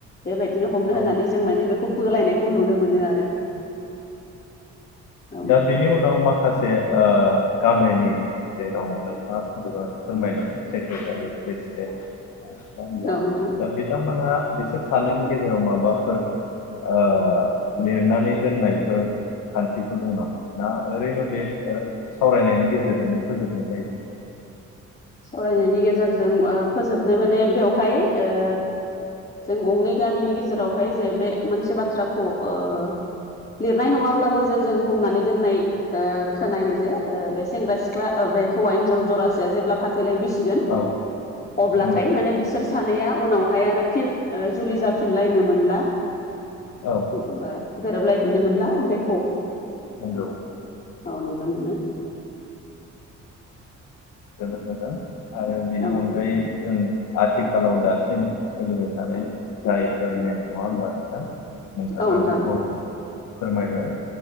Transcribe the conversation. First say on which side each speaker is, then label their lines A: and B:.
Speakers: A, on the left; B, on the left.
A: बेबायदिनो हमनो होननानै
B: औ
A: जों माने बेखौ बोलायनायखौ नुनो मोनो आरो। औ नोंथां
B: दा बेनि उनाव माखासे ओ गामिनि। जेराव नोंथाङा फदबा फोरमायदों सेक्रेटारि फ्रेम देन ना होमब्ला
A: औ नोंथां
B: दा बिथांमोनहा बिसोर सानैनि गेजेराव माबाफोर ओ लिरनानै दोननायफोर खान्थिफोर दं नामा नाओरैनो बे सावरायनायनि गेजेरजोंनो फोजोबनाय जायो? बेखौ
A: सावरायनायनि गेजेरजों ओ-फोजोबनाय माने बेवहाय ओ जों गंनै गामिनि गेजेरावहाय जे बे मोनसे बाथ्राखौ ओ- लिरनाय नङाब्लाबो जे जों बुंनानै दोननाय। ओ खोनायो जे ओ-बे सेंग्रा सिख्ला ओ-बे हौवा हिन्जाव जरासेया जेब्ला फाथ थैलाय बिसिगोन
B: औ
A: अब्लाथाय
B: नंगौ
A: माने बिसोर सानैया उनावहाय आरो फिन ओ-जुलि जाफिनलायनो मोनला।
B: औ
A: <unintelligible> गोरोबलायफिननो मोनला बेखौ।
B: नोंगौ
A: औ नुनो मोनो।
B: जोबोद मोजां आरो बेनि
A: औ नोंथां
B: अनगायै जों आथिखालाव दासिम सोलिबाय थानाय। जायफोर नेम नङा होनबा नोंथा नोंथाङा
A: औ नोंथां
B: बेखौ फोरमायबाय